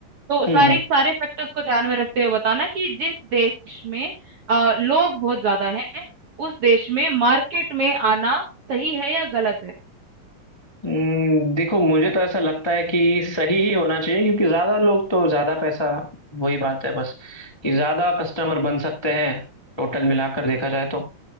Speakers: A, on the right; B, on the left.
A: तो सारी
B: हम्म हम्म
A: सारे फैक्टर्स को ध्यान में रखते हुए बताना कि जिस देश में अ, लोग बहुत ज्यादा हैं उस देश में मार्केट में आना सही है या गलत है
B: हम्म, देखो मुझे तो ऐसा लगता है कि सही ही होना चाहिए क्योंकि ज्यादा लोग तो ज्यादा पैसा वही बात है बस कि ज्यादा कस्टमर बन सकते हैं टोटल मिलाकर देखा जाए तो